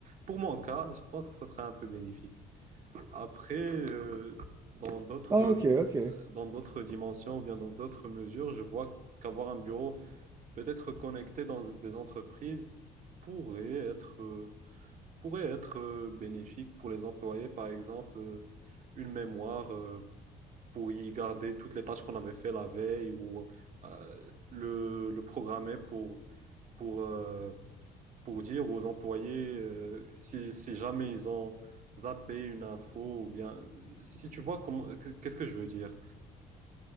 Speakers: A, on the right; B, on the right.
A: pour mon cas, je pense que ça serait un peu bénéfique. Après, euh, dans d'autres,
B: Ah, ok, ok.
A: dans d'autres dimensions ou bien dans d'autres mesures, je vois qu'avoir un bureau peut-être connecté dans des entreprises pourrait être, euh, pourrait être euh, bénéfique pour les employés, par exemple, euh, une mémoire euh, pour y garder toutes les tâches qu'on avait fait la veille ou euh, le, le programmer pour, pour, euh, pour dire aux employés euh, si, si jamais ils ont zappé une info ou bien si tu vois comment qu'est-ce que je veux dire.